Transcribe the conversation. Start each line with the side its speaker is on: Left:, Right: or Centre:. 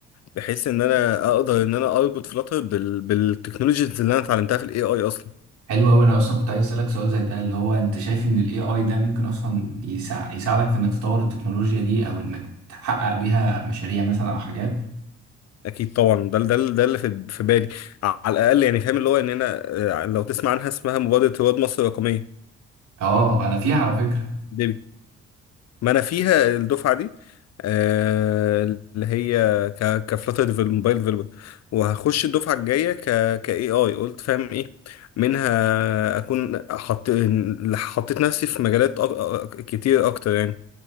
Left: بحيث ان انا اقدر ان انا اربط فلاتر بال... بالتكنولوجيز اللي انا اتعلمتها في الاي اي اصلا
Right: حلو قوي انا اصلا كنت عايز اسالك سؤال زي ده اللي هو انت شايف ان الاي اي ده ممكن اصلا يسع... يساعدك في انك تطور التكنولوجيا دي او انك تحقق بيها مشاريع مثلا او حاجات
Left: اكيد طبعا ده ده ده اللي في في بالي على الاقل يعني فاهم اللي هو ان انا آه، لو تسمع عنها اسمها مبادره رواد مصر الرقميه
Right: اه انا فيها على فكرة
Left: ديبي ما انا فيها الدفعه دي آه، اللي هي ك كفلاتر ديفل موبايل ديفلوبر وهخش الدفعه الجايه ك ك اي اي قلت فاهم ايه منها اكون حط حطيت نفسي في مجالات أك... كتير اكتر يعني